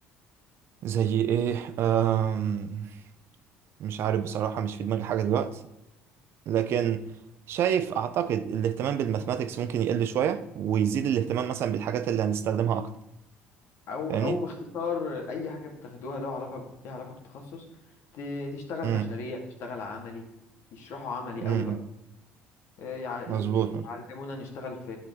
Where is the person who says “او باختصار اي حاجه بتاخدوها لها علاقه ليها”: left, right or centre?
Left